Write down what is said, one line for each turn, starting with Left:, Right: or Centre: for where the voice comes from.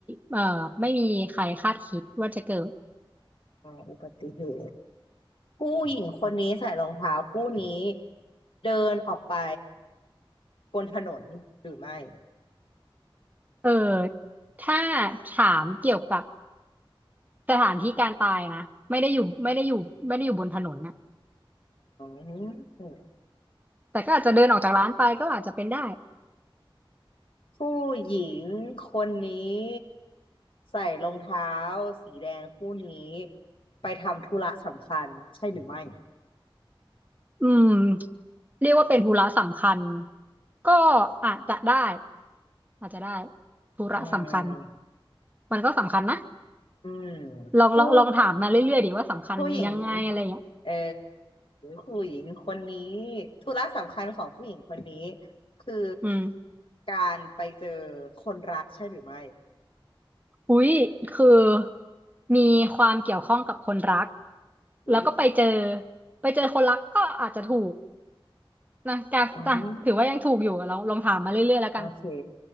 Right: เอ่อไม่มีใครคาดคิดว่าจะเกิด
Left: อ่าอุบัติเหตุ ผู้หญิงคนนี้ใส่รองเท้าคู่นี้เดินออกไปบนถนนหรือไม่
Right: เออถ้าถามเกี่ยวกับ สถานที่การตายนะไม่ได้อยู่ไม่ได้อยู่ไม่ได้อยู่บนถนนนะ
Left: อืม
Right: แต่ก็อาจจะเดินออกจากร้านไปก็อาจจะเป็นได้
Left: ผู้หญิงคนนี้ใส่รองเท้าสีแดงคู่นี้ไปทำธุระสำคัญใช่หรือไม่
Right: อืมเรียกว่าเป็นธุระสำคัญก็อาจจะได้อาจจะได้ธุระสำคัญ
Left: อืม
Right: มันก็สำคัญนะ
Left: อืม
Right: ลองลองลองถามมาเรื่อยๆดีว่าสำคัญยังไงอะไรอย่างเงี้ย
Left: ผู้ผู้หญิงเออผู้หญิงคนนี้ธุระสำคัญของผู้หญิงคนนี้คือ
Right: อืม
Left: การไปเจอคนรักใช่หรือไม่
Right: อุ้ยคือมีความเกี่ยวข้องกับคนรัก
Left: อุ้ย
Right: แล้วก็ไปเจอไปเจอคนรักก็อาจจะถูกนะการจ้ะถือว่ายังถูกอยู่ลองลองถามมาเรื่อยๆแล้วกัน
Left: อืมโอเค